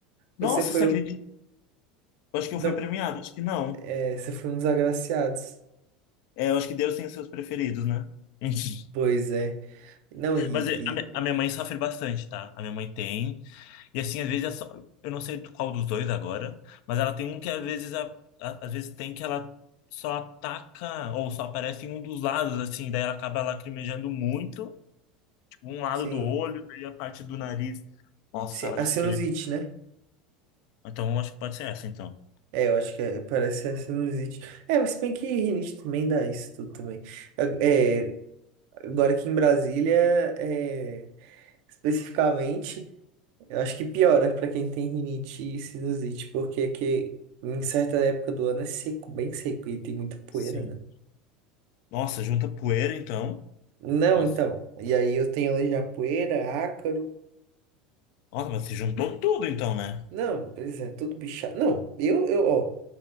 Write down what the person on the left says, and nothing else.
Nossa,
você acredita?
Eu
Acho que eu fui premiado, acho que não.
É, eu acho que Deus tem os seus preferidos, né? <laughs>
Mas eh, a mi- a
minha mãe sofre bastante, tá? A minha mãe tem. E assim, às vezes, é só- eu não sei qual dos dois agora, mas ela tem um que às vezes, a- a- às vezes tem que ela só ataca ou só aparece em um dos lados, assim, daí ela acaba lacrimejando muito, tipo, um lado
do olho, daí a parte do nariz. Nossa,
ela
disse
que é.
Então, acho que pode ser essa, então.
Sim.
Nossa, junta poeira, então.
Nossa,
Nossa, mas se juntou tudo, então, né?